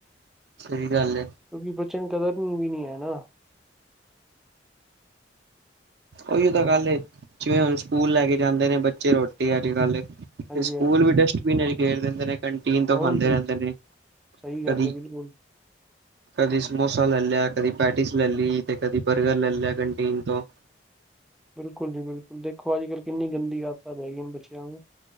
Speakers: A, on the right; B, in the centre.
A: ਸਹੀ ਗੱਲ ਏ
B: ਕਿਉਂਕਿ ਬੱਚਿਆਂ ਨੂੰ ਕਦਰਨੀ ਵੀ ਨੀ ਹੈ ਨਾ
A: ਉਹੀ ਤਾਂ ਗੱਲ ਜਿਵੇਂ ਹੁਣ ਸਕੂਲ ਲੈ ਕੇ ਜਾਂਦੇ ਨੇ ਬੱਚੇ ਰੋਟੀ ਅੱਜ ਕੱਲ
B: ਹਾਂਜੀ
A: ਤੇ ਸਕੂਲ
B: ਹਾਂਜੀ
A: ਵੀ ਡਸਟਬਿਨ ਚ ਘੇਰ ਦਿੰਦੇ ਨੇ ਕੰਟੀਨ ਤੋਂ
B: ਹੋਰ
A: ਖਾਂਦੇ
B: ਕੀ
A: ਰਹਿੰਦੇ ਨੇ
B: ਸਹੀ
A: ਕਦੀ
B: ਗੱਲ ਹੈ ਬਿਲਕੁਲ
A: ਕਦੀ ਸਮੋਸਾ ਲੈ ਲਿਆ ਕਦੀ ਪੈਟੀਜ਼ ਲੈ ਲਈ ਤੇ ਕਦੀ ਬਰਗਰ ਲੈ ਲਿਆ ਕੰਟੀਨ ਤੋਂ
B: ਬਿਲਕੁਲ ਜੀ ਬਿਲਕੁਲ ਦੇਖੋ ਅੱਜ ਕੱਲ੍ਹ ਕਿੰਨੀ ਗੰਦੀ ਆਤਾਂ ਪੈ ਗਈ ਨੇ ਬੱਚਿਆਂ ਨੂੰ